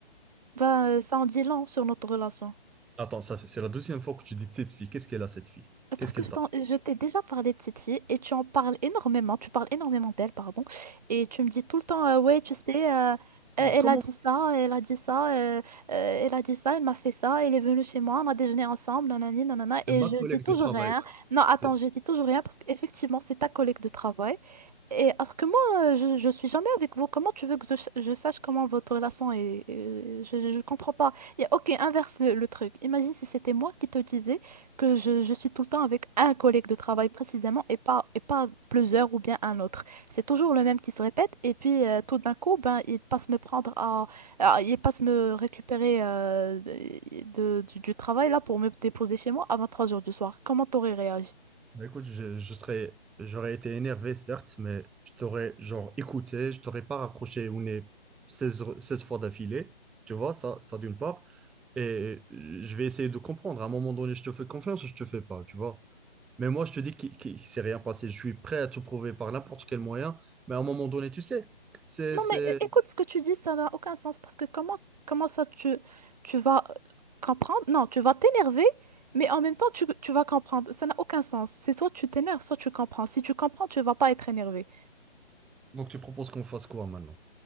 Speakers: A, on the right (about 40°); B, in the centre.
A: ben, ça en dit long sur notre relation.
B: Attends, ça, c'est c'est la deuxième fois que tu dis cette fille. Qu'est-ce qu'elle a, cette fille? Qu'est-ce
A: Parce que
B: qu'elle
A: je
B: t'a
A: t'en-
B: fait?
A: je t'ai déjà parlé de cette fille et tu en parles énormément, tu parles énormément d'elle, pardon, et tu me dis tout le temps, euh, ouais, tu sais, euh, euh, elle
B: Comment
A: a dit ça, elle a dit ça, euh, euh, elle a dit ça, elle m'a fait ça, elle est venue chez moi, on a déjeuné ensemble, nanani, nanana,
B: c'est
A: et
B: ma
A: je
B: collègue
A: dis toujours
B: de travail?
A: rien. Non, attends,
B: C'est-
A: je dis toujours rien parce qu'effectivement, c'est ta collègue de travail. Et alors que moi, euh, je, je suis jamais avec vous, comment tu veux que je, je sache comment votre relation est, est- je, je comprends pas. Et ok, inverse le, le truc. Imagine si c'était moi qui te disais que je, je suis tout le temps avec un collègue de travail précisément et pas, et pas plusieurs ou bien un autre. C'est toujours le même qui se répète et puis euh, tout d'un coup, ben, il passe me prendre à, à- il passe me récupérer euh, de, du, du travail là pour me déposer chez moi à vingt-trois heures du soir. Comment t'aurais réagi?
B: Bah, écoute, je, je serais, j'aurais été énervé, certes, mais je t'aurais genre écouté, je t'aurais pas raccroché au nez seize re- 16 fois d'affilée. Tu vois, ça, ça d'une part. Et euh, je vais essayer de comprendre. À un moment donné, je te fais confiance ou je te fais pas, tu vois. Mais moi, je te dis qu'il qu'il- s'est rien passé. Je suis prêt à te prouver par n'importe quel moyen. Mais à un moment donné, tu sais, c'est,
A: Non
B: c'est...
A: mais euh, écoute ce que tu dis, ça n'a aucun sens parce que comment, comment ça tu, tu vas comprendre? Non, tu vas t'énerver. Mais en même temps, tu, tu vas comprendre. Ça n'a aucun sens. C'est soit tu t'énerves, soit tu comprends. Si tu comprends, tu vas pas être énervé.
B: Donc, tu proposes qu'on fasse quoi maintenant?